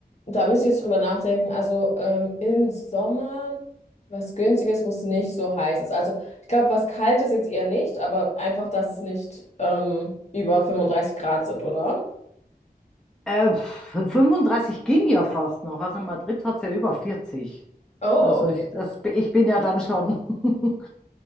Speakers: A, on the left; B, in the centre.
A: da müsst ihr jetzt drüber nachdenken. Also ähm, im Sommer was Günstiges, wo es nicht so heiß ist. Also ich glaube, was kalt ist jetzt eher nicht, aber einfach, dass es nicht ähm, über 35 Grad sind, oder?
B: Äh, 35 ging ja fast noch, also in Madrid hat es ja über 40.
A: Oh,
B: Also ich,
A: okay,
B: das, ich bin ja dann schon <laughs>